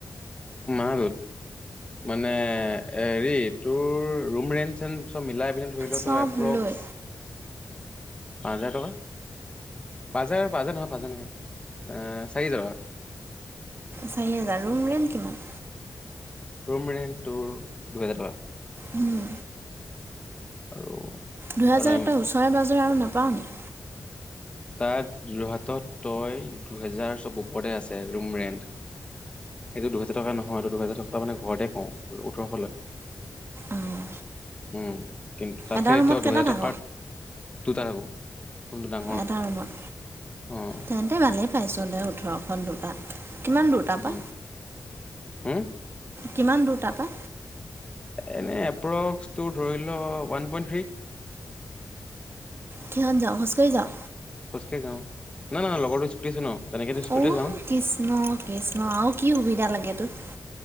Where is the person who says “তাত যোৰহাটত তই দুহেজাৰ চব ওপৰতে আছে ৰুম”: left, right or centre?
Left